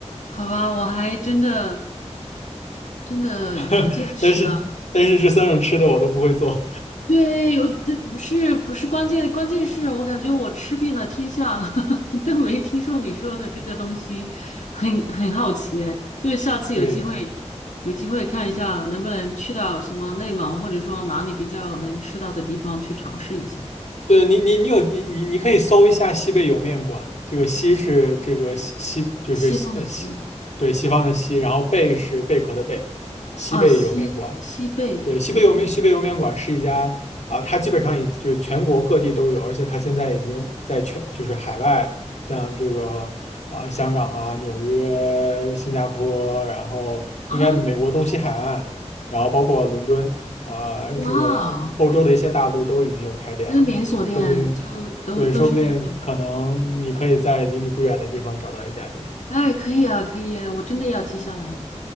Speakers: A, on the left; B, on the left.
A: 好吧，我还真的真的长见识了。
B: <laughs> 但是但是这三种吃的我都不会做。
A: 对，有这不是不是关键，关键是我感觉我吃遍了天下，<laughs> 都没听说你说的这个东西，很很好奇哎，就是下次有机会
B: 对
A: 有机会看一下，能不能去到什么内蒙，或者说哪里比较能吃到的地方去尝试一下。
B: 对，你你你有你你你可以搜一下西贝莜面馆，这个西是这个西西就是西呃西对西方的西，
A: 西方的西
B: 然后贝是贝壳的贝，西贝莜面馆。
A: 啊，西西贝莜面
B: 对，西北莜面西北莜面馆是一家啊、它基本上已就是全国各地都有，而且它现在已经在全就是海外，像这个啊、香港啊、纽约、新加坡，然后应该美国东西海岸，
A: 啊，
B: 然后包括伦敦啊、
A: 哇哦，
B: 这个嗯欧洲的一些大陆都已经有开店了啊，
A: 跟连锁店就都都是这种，
B: 说不定对，说不定可能你可以在离你不远的地方找到一家店。
A: 哎，可以啊，可以啊，我真的要记下来。